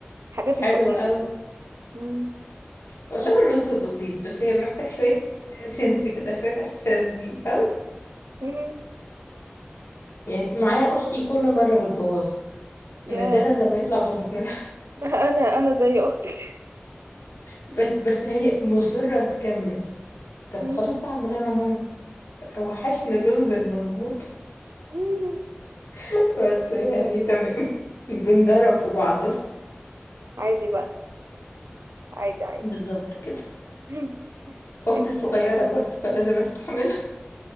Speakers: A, on the right; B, on the left.
A: الحاجات
B: حلو
A: البسيطة
B: قوي
A: دي مم.
B: والله الرز بسيط بس هي محتاج شوية سنس كده شوية احساس بيه فاهمة
A: مم.
B: يعني معايا اختي كل مرة بتبوظ
A: يا
B: نادرا لما يطلع بظبط <laughs>
A: <laughs> انا انا زي اختك
B: بس بس هي مصرة تكمل طب
A: مم.
B: خلاص اعمل انا مرة وحشني الرز المظبوط
A: مم.
B: <laughs> بس يعني تمام <laughs> بنجرب في بعض
A: عادي بقى عادي عادي
B: بالظبط كده
A: <laughs>
B: اختي
A: انت
B: الصغيرة برضه فلازم استحملها <laughs>